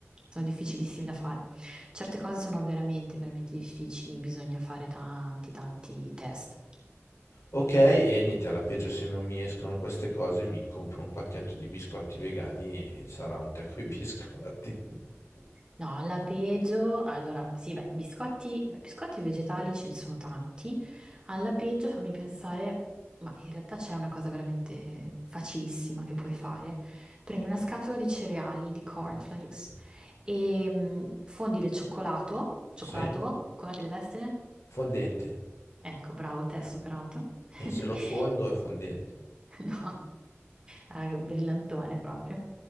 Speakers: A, on the right; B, on the left.
A: Sono difficilissimi da fare. Certe cose sono veramente, veramente difficili, bisogna fare tanti, tanti test.
B: Ok, e niente, alla peggio se non mi escono queste cose mi compro un pacchetto di biscotti vegani e sarà un tè coi biscotti. <laughs>
A: No, la peggio, allora, sì, beh, biscotti, beh, biscotti vegetali ce ne sono tanti. Alla peggio fammi pensare, ma in realtà c'è una cosa veramente facilissima che puoi fare. Prendi una scatola di cereali, di cornflakes, e mm, fondi del cioccolato,
B: Sì,
A: cioccolato, com'è che deve essere?
B: fondente.
A: Ecco, bravo, te hai superato. <laughs>
B: E se lo fondo è fondente.
A: No, ah, che brillantone proprio.